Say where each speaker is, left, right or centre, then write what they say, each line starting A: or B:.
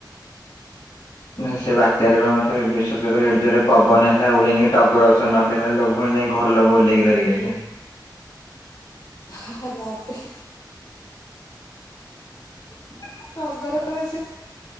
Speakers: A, on the left; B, on the left.
A: ସେ ବାତ୍ୟାରେ ମତେ ବିଶ୍ୱାସ କରି <unintelligible> ଏଡେ ଜୋରେ ପବନ ହେଲା ଉଡେଇ ନେଇକି ଟଗର ଗଛରେ <unintelligible> ଯାଇ ଘର ଲୋକ ଓଲ୍ଲେଇକ ଧରିିକି ଆସିଲେ।
B: ଆଉ ତାପରେ
A: <inaudible>
B: ଟଗର ଗଛ